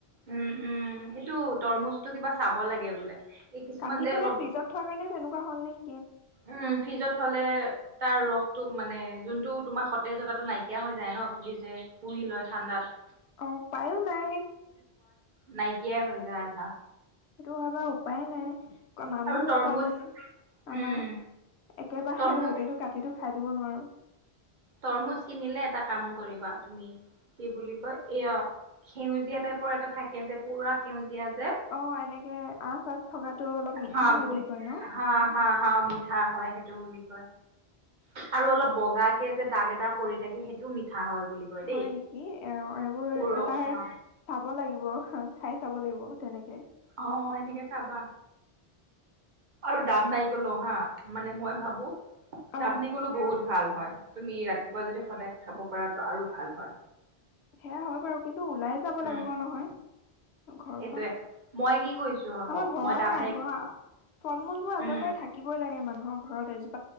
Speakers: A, on the right; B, on the left.
A: উম-উম সেইটো তৰমুজটো কিবা খাব লাগে বোলে। এই কিছুমান
B: কাটি
A: যে
B: পেলাই
A: অলপ
B: ফ্ৰিজত থোৱাৰ কাৰণে তেনেকুৱা হ'ল নেকি।
A: উম ফ্ৰিজত থ'লে তাৰ ৰসটো মানে যোনটো তোমাৰ সতেজতাটো নাইকিয়া হৈ যায় ন ফ্ৰিজে পুহি লয় ঠাণ্ডাত।
B: অ' পায়ো নাই
A: নাইকিয় হৈ যায় আধা।
B: সেইটো হব উপায় নাই। মানুহো
A: আৰু তৰমুজ
B: কম আমাৰ
A: উম
B: একেবাৰে
A: তৰমু
B: গোটেইটো কাটিটো খাই দিব নোৱাৰোঁ।
A: তৰমুজ কিনিলে এটা কাম কৰিবা তুমি কি বুলি কয় এয়া সেউজীয়া টাইপৰ এটা থাকে যে পুৰা সেউজীয়া যে
B: অ' এনেকে আচ চাচ থকাাতটো অলপ মিঠা
A: হা
B: হয়
A: গোট
B: বুলি কয় ন
A: হা হা হা মিঠা হয় সেইটো বুলি কয় আৰু অলপ বগা যে দাগ এটা পৰি থাকে সেইটো মিঠা। হয় বুলি কয়
B: হয়
A: দেই
B: নেকি অ' এইবোৰ
A: পুৰত
B: এবাৰ
A: হা
B: চ চাব লাগিব খাই চাব লাগিব।। তেনেকে,
A: আহ এনেকে চাবা। আৰু দাব নাই কলো হা। মানে মই ভাবো
B: অ
A: দাব নাৰিকলো বহুত ভাল হয়। তুমি ৰাতিপুৱা যদি সদায় খাব পাৰাতটো আৰু ভাল হয়।
B: সেয়া হয় বাৰু কিন্তু টো ওলাই যাব
A: উম
B: লাগিব নহয়। ঘৰৰ
A: সেইটোৱে
B: পৰা।
A: মই কি কৰিছো আকৌ
B: আমাৰ ঘৰত
A: মই দাব
B: নাই ক হ। ফল-মূল বোৰ আচল্ততে
A: উম
B: থাকিবই লাগে মানুহৰ ঘৰত এজোপ